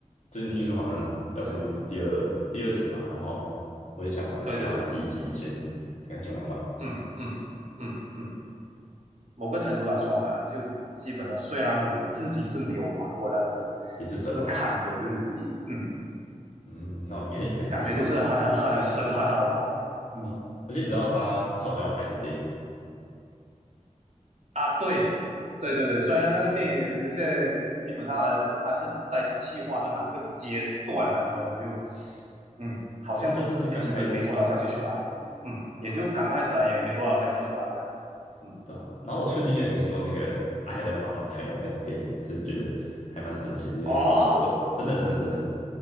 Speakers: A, on the left; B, on the right.
A: 最近听说好像要出第二第二集嘛，
B: 对对。
A: 然后我也想玩，
B: 对对对对，
A: 先把第一集先赶紧玩完，
B: 嗯嗯嗯嗯，某个程度来说呢，就基本上虽然我自己是没有玩过，但是只是看着就是嗯，
A: 也是神嘛，嗯，那我应该也赶紧玩了，
B: 感觉就是很很很神，
A: 对啊，
B: 很好玩。嗯
A: 啊，而且你知道他他好像要拍成电影，
B: 啊，对对对对，虽然那个电影现在基本上呢，它是在企划的哪个阶段来说呢，就嗯，好像也其实没多少消息出来，
A: 好像就是刚开始吧，
B: 嗯，也就刚开始啊，
A: 对吧？
B: 也没多少消息出来这样。嗯，
A: 对啊，然后我最近也听说那个《爱尔兰法环》它要拍成电影，其实觉得还蛮神奇的。这些做真的真的真的，
B: 哦，